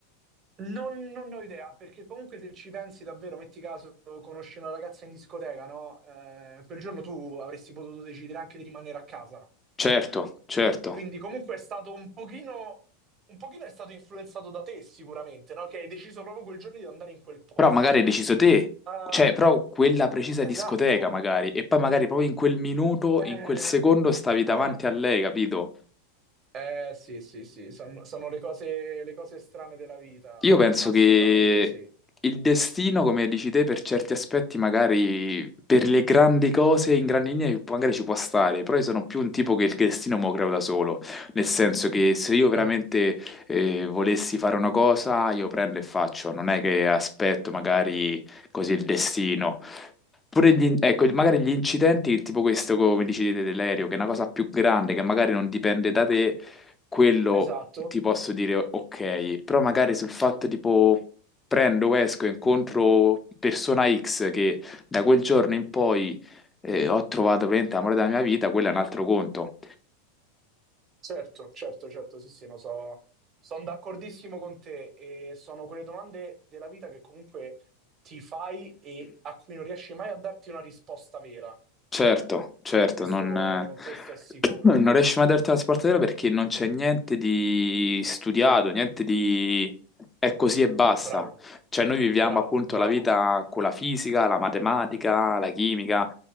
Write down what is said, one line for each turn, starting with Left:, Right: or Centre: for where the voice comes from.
Right: Non, non ne ho idea, perché comunque se ci pensi davvero, metti caso, conosci una ragazza in discoteca, no? Eh, quel giorno tu avresti potuto decidere anche di rimanere a casa.
Left: Certo, certo,
Right: Quindi comunque è stato un pochino, un pochino è stato influenzato da te sicuramente, no? Che hai deciso proprio quel giorno di andare in quel posto.
Left: però magari hai deciso te,
Right: Eh,
Left: cioè, però quella precisa discoteca
Right: esatto.
Left: magari, e poi magari proprio in quel minuto,
Right: Eh,
Left: in quel secondo stavi davanti
Right: eh,
Left: a lei, capito?
Right: eh, sì, sì, sì, sono, sono le cose, le cose strane della vita,
Left: Io penso
Right: assolutamente
Left: che
Right: sì.
Left: il destino, come dici te, per certi aspetti, magari per le grandi cose in grandi linee, magari ci può stare, però io sono più un tipo che il destino me lo creo da solo, nel senso che se io veramente
Right: Eh,
Left: eh, volessi fare una cosa, io prendo e faccio, non è che aspetto magari così il destino. Pure gli, in- ecco, magari gli incidenti, tipo questo, come dici te, dell'aereo, che è una cosa più grande, che magari non dipende da te, quello
Right: esatto,
Left: ti posso dire ok, però magari sul fatto tipo prendo, esco, incontro persona X che da quel giorno in poi eh, ho trovato veramente l'amore della mia vita, quello è un altro conto.
Right: certo, certo, certo, sì, sì, no, so, sono d'accordissimo con te e sono quelle domande della vita che comunque ti fai e a cui non riesci mai a darti una risposta vera,
Left: Certo, certo,
Right: questo,
Left: non, eh,
Right: questo è sicuro.
Left: <clears throat> non riesci mai a darti la spartatela perché non c'è niente di studiato, niente di... è così e basta.
Right: Bravo,
Left: Cioè noi viviamo
Right: bravo,
Left: appunto
Right: bravo.
Left: la vita con la fisica, la matematica, la chimica,